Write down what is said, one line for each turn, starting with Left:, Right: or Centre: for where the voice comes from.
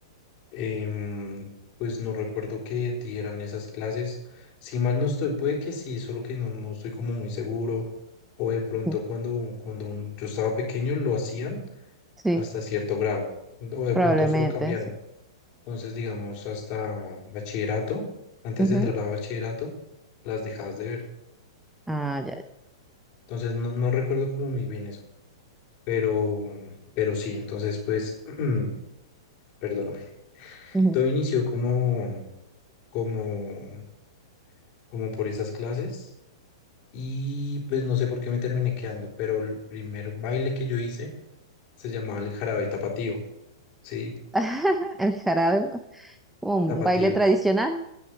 Left: em, pues no recuerdo que dieran esas clases, si mal no estoy, puede que sí, solo que no, no estoy como muy seguro, o de pronto
Centre: <laughs>
Left: cuando, cuando un- yo estaba pequeño lo hacían
Centre: Sí,
Left: hasta cierto grado, o de
Centre: Probablemente,
Left: pronto eso lo cambiaron
Centre: sí.
Left: entonces, digamos, hasta bachillerato, antes
Centre: Ujú,
Left: de entrar a bachillerato, las dejabas de ver.
Centre: Ah, ya.
Left: Entonces, no, no recuerdo como muy bien eso, pero, pero sí, entonces, pues, <clears throat> perdóname.
Centre: ujú.
Left: Todo inició como, como, como por esas clases y pues no sé por qué me terminé quedando, pero el primer baile que yo hice se llamaba el jarabe tapatío, ¿sí?
Centre: <laughs> El jarabe es como
Left: Tapatío.
Centre: un baile tradicional.